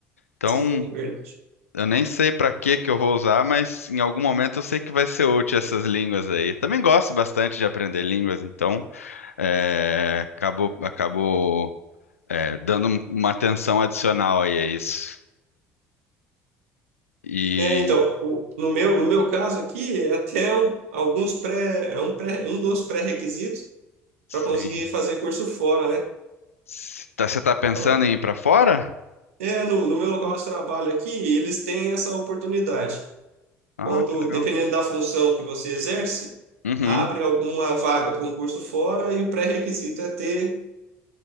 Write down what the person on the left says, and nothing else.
Então,
eu nem sei pra que que eu vou usar, mas em algum momento eu sei que vai ser útil essas línguas aí. Também gosto bastante de aprender línguas, então, é, acabo, acabo, é, dando um, uma atenção adicional aí a isso. E
sim.
S- tá- Você tá pensando
em ir pra fora?
Ah,
que legal.
Uhum.